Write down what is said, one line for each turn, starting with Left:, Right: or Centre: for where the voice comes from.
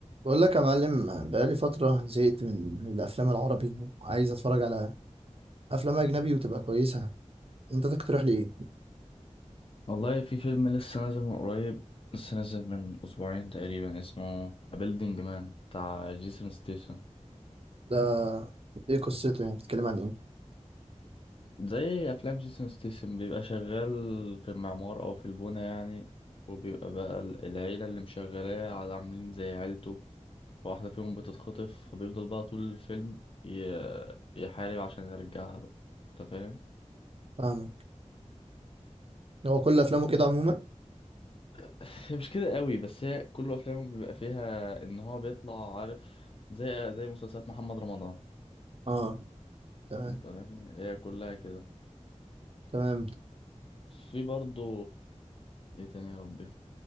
Right: بقول لك يا معلم بقالي فترة زهقت من الأفلام العربي وعايز أتفرج على أفلام أجنبي وتبقى كويسة أنت تقترح لي إيه؟
Left: والله في فيلم لسه نازل من قريب لسه نازل من أسبوعين تقريبا اسمه A Building Man بتاع جيسون ستيسن
Right: ده إيه قصته يعني بتتكلم عن إيه؟
Left: زي أفلام جيسون ستيسن بيبقى شغال في المعمار أو في البونة يعني وبيبقى بقى ال- العيلة اللي مشغلاه على- عاملين زي عيلته فواحدة فيهم بتتخطف فبيفضل بقى طول الفيلم ي- يحارب عشان يرجعها بقى أنت فاهم؟
Right: فاهمك هو كل أفلامه كده عموما؟
Left: <laughs> هي مش كده قوي بس هي كل أفلامه بيبقى فيها إن هو بيطلع عارف زي زي مسلسلات محمد رمضان
Right: آه تمام
Left: انت فاهم هي كلها كده
Right: تمام
Left: في برضو ايه تاني يا ربي